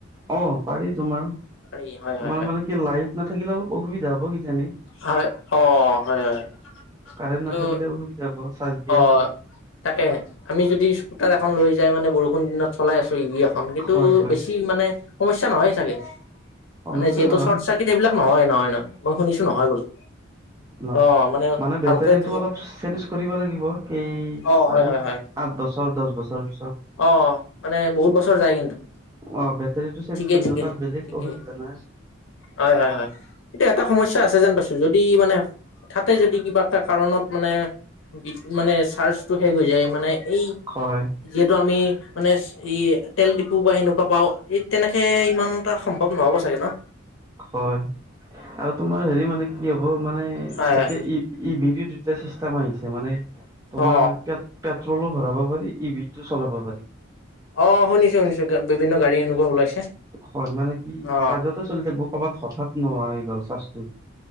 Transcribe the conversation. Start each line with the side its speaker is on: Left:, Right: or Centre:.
Right: অ পাৰি তোমাৰ তোমাৰ
Left: পাৰি হয় হয় হয়
Right: মানে কি লাইট নাথাকিলে অলপ অসুবিধা হ'ব কিজানি।
Left: হয় অ হয় হয়
Right: কাৰেণ্ট
Left: কিন্তু
Right: নাথাকিলে অসুবিধা হ'ব। চাৰ্জ দিয়া
Left: অ, 'তাকে আমি যদি তাৰ এখন লৈ যাই মান বৰষুণ দিনত চলাই আছো ই কিছু
Right: হয় হয়
Left: বেছি মানে সমস্যা নহয় চাগে।
Right: সমস্যা
Left: মানে যিহেতু
Right: নহয়
Left: চৰ্ট চাৰ্কিট এইবিলাক নহয় নহয় নহয় মই শুনিছো নহয় বোল
Right: নহয়
Left: অ মানে ভালকে
Right: বেটাৰীটো অলপ চেঞ্জ লাগিব এই
Left: অ
Right: চাৰি
Left: হয় হয় হয়
Right: পাঁচ বছৰ দছ বছৰ পিছত
Left: অ, মানে বহুত বছৰ যায় কিন্তু।
Right: অ বেটাৰীটো চেঞ্জ
Left: ঠিকেই,
Right: কৰিব
Left: ঠিকেই,
Right: তাত বেলেগ
Left: ঠিকেই
Right: অসুবিধা নাই
Left: হয়, হয়, হয় এতিয়া এটা সমস্যা আছে যেন পাইছো যদি মানে হঠাতে যদি কিবা কাৰণত মানে মানে চাৰ্জটো শেষ হৈ যায় মানে এই
Right: হয়।
Left: যিহেতু আমি মানে ই তেল ডিপু বা সেনেকুৱা পাও এই তেনেকে ইমান এটা সম্ভৱ নহব চাগে ন।
Right: হয় আৰু তোমাৰ হেৰি মানে কি হ মানে
Left: হয় হয়
Right: এতিয়া ই- ইভডিঅ টোতে চিষ্টেম আহিছে মানে, তোমাৰ
Left: অ
Right: পেট, পেট, টো ভৰাব পাৰি ইভিটো চলাব পাৰি।
Left: অ', শুনিছো শুনিছো বিভিন্ন গাড়ী এনেকুৱা ওলাইছে।
Right: হয় মানে কি
Left: অ
Right: চাৰ্জ চলি থাকিব কৰবাত হঠাৎ নোহোৱা গল। <unintelligible>